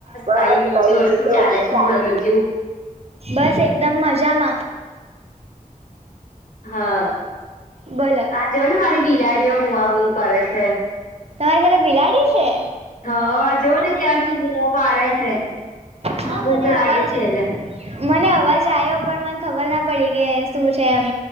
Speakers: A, on the right; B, on the left.
A: બસ
B: કઈ નઈ
A: કઈની
B: જો
A: તો શું
B: છે
A: ચાલે
B: બોલો બીજું
A: બસ એકદમ મજામાં.
B: હા
A: બોલો
B: આ જોઓ ને મારી બિલાડીઓ બુમા બુમ કરે છે.
A: તમારે ઘરે બિલાડી છે?
B: હા જોવ ને ક્યાંરની બૂમો પાડે છે
A: હા
B: ભૂખ
A: મને
B: લાગી
A: અવાજ
B: છે એટલે
A: મને અવાજ આવ્યો પણ મને ખબર ના પડી કે શું છે એમ